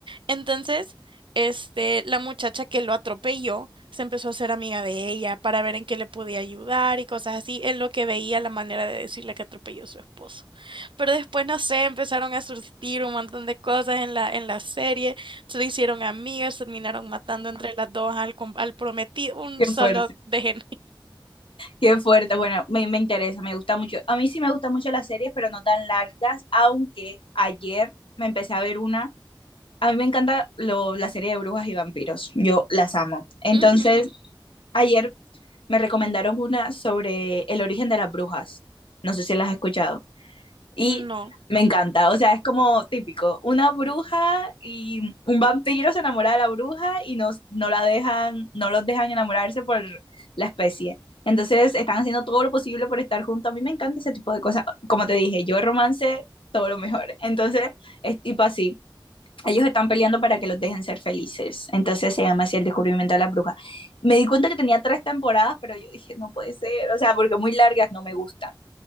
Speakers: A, on the right; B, on the left.
A: Entonces, este, la muchacha que lo atropelló se empezó a ser amiga de ella para ver en qué le podía ayudar y cosas así, en lo que veía la manera de decirle que atropelló a su esposo. Pero después, no sé, empezaron a surgir un montón de cosas en la, en la serie, se hicieron amigas, terminaron matando entre las dos al, com- al prometido, un
B: Qué
A: solo
B: fuerte,
A: de gen-
B: qué fuerte. Bueno, me, me interesa, me gusta mucho. A mí sí me gustan mucho las series, pero no tan largas, aunque ayer me empecé a ver una. A mí me encanta lo, la serie de brujas y vampiros. Yo las amo. Entonces,
A: <laughs>
B: <laughs> ayer me recomendaron una sobre el origen de las brujas. No sé si las has escuchado. Y
A: No,
B: me encanta, o sea, es como típico, una bruja y un vampiro se enamora de la bruja y no, no la dejan, no los dejan enamorarse por la especie. Entonces están haciendo todo lo posible por estar juntos. A mí me encanta ese tipo de cosas. Como te dije, yo de romance, todo lo mejor. Entonces es tipo así. Ellos están peleando para que los dejen ser felices. Entonces se llama así el descubrimiento de la bruja. Me di cuenta que tenía tres temporadas, pero yo dije, no puede ser. O sea, porque muy largas no me gustan